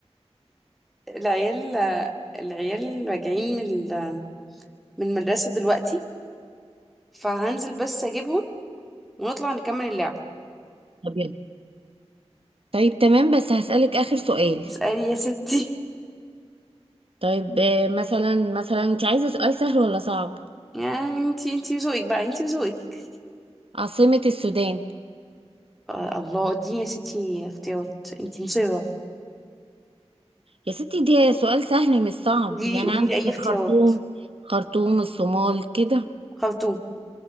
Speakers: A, in the centre; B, on the right.
A: العيال العيال راجعين من ال- من المدرسه دلوقتي فهنزل بس اجيبهم ونطلع نكمل اللعبه
B: طب يلا طيب تمام بس هسألك آخر سؤال
A: اسالي يا ستي
B: طيب آه، مثلا مثلا انت عايزة سؤال سهل ولا صعب
A: يعني انتي انتي وذوقك بقى انتي وذوقك
B: عاصمة السودان
A: آه الله اديني يا ستي اختيارات انتي مصيرة
B: يا ستي دي سؤال سهل مش صعب
A: قولي
B: يعني
A: لي قولي
B: عندك
A: لي اي
B: الخرطوم
A: اختيارات
B: خرطوم الصومال كده
A: خرطوم